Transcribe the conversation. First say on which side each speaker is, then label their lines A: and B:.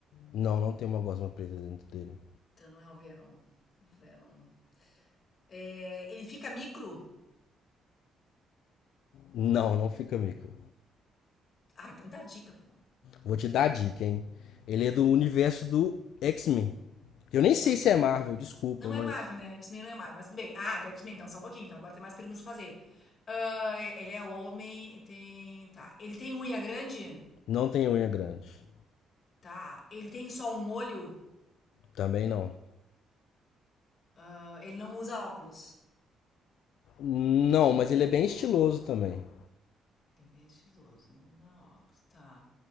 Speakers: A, on the left; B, on the left.
A: Não, não tem uma gosma preta dentro dele.
B: Então não é o Venom. Venom. É, ele fica micro?
A: Não, não fica micro.
B: Ah, então me dá dica, pô.
A: Vou te dar a dica, hein? Ele é do universo do X-Men. Eu nem sei se é Marvel, desculpa,
B: Não
A: mas
B: é Marvel, né? X-Men não é Marvel, mas tudo bem. Ah, do X-Men, então, só um pouquinho. Então, agora tem mais perguntas pra fazer. Ah, ele é homem, tem... Tá. Ele tem unha grande?
A: não tem unha grande.
B: Tá. Ele tem só um olho?
A: Também não.
B: Ah, ele não usa óculos?
A: Não, mas ele é bem estiloso também.
B: Ele é bem estiloso, não usa óculos. Tá.